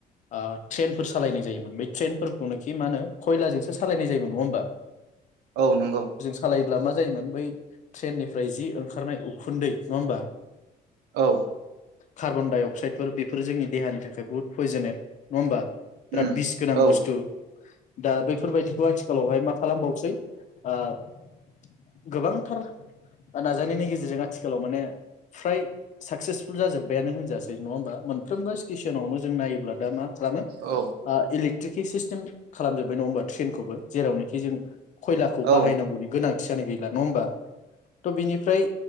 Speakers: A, on the left; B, on the right.
A: आ ट्रेन फोर सालायनाय जायोमोन बै ट्रेन फोरफोरखौनोखि मा ओनो खयलाजोंसो सालायनाय जायोमोन। नङा ओमबा?
B: औ नंगौ
A: सालायोब्ला मा जायोमोन बै ट्रेननिफ्राय जि ओंखारनाय उखुन्दै नङा ओमबा?
B: औ
A: खार्बन डाइ अक्साइदफोर बेफोर जोंनि देहानि थाखाय बुहुत पयजनेट नङा ओमबा? बिराद
B: उम
A: बिस गोनां
B: औ
A: बुस्थु। दा बैफोरबायदिखौ आथिखालावहाय मा खालामबावसै ओ - गोबांथार नाजानायनि गेजेरजों आथिखालाव माने फ्राय साक्सेसफुल जाजोब्बायानो होनजासै नङा ओमबा मोनफ्रोमबो स्टेसनावनो जों नायोब्ला दा मा? खालामो
B: औ
A: आ इलिक ट्रिकि सिस्टेम खालामजोब्बाय नङा ओमबा ट्रेनखौबो जेरावनोखि जों। खयलाखौ
B: औ
A: बाहायनांगौ गोनांथियानो गैला नङा होबा थ' बिनिफ्राय